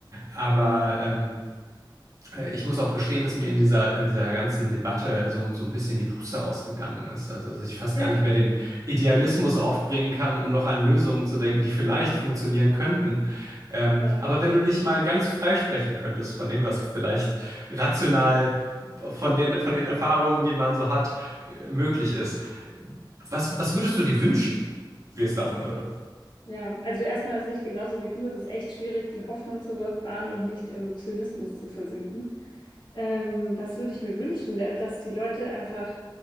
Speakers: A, on the right (about 45°); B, on the left (about 70°).
A: aber
B: Ja,
A: ähm, äh, Ich muss auch gestehen, dass mir in dieser, in dieser ganzen Debatte so, so ein bisschen die Puste ausgegangen ist. Also, dass ich fast
B: ja,
A: gar nicht mehr den Idealismus aufbringen kann, um noch an Lösungen zu denken, die vielleicht funktionieren könnten. Ähm,
B: ja.
A: aber wenn du dich mal ganz freisprechen könntest von dem, was vielleicht rational von den, von den Erfahrungen, die man so hat, äh, möglich ist, was, was würdest du dir wünschen, wie es laufen würde?
B: Ja, also erstmal sehe ich genauso wie du, es ist echt schwierig, die Hoffnung zu bewahren und nicht im Zynismus zu versinken. Ähm, was würde ich mir wünschen, dass die Leute einfach